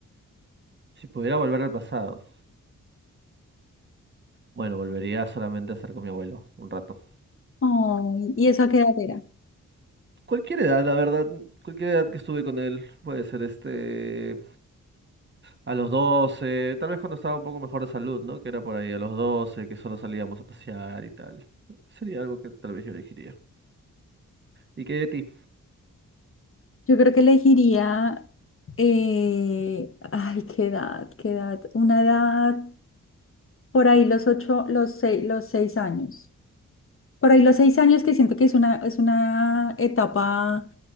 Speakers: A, on the right (about 35°); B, on the left (about 40°).
A: Si pudiera volver al pasado, bueno, volvería solamente a estar con mi abuelo un rato.
B: Oh, ¿y eso a qué edad era?
A: Cualquier edad, la verdad, cualquier edad que estuve con él, puede ser este, a los 12 tal vez cuando estaba un poco mejor de salud, ¿no? Que era por ahí a los 12 que solo salíamos a pasear y tal. Sería algo que tal vez yo elegiría. ¿Y qué de ti?
B: Yo creo que elegiría, eh, ay, qué edad, qué edad, una edad por ahí los ocho, los seis, los seis años. Por ahí los seis años que siento que es una, es una etapa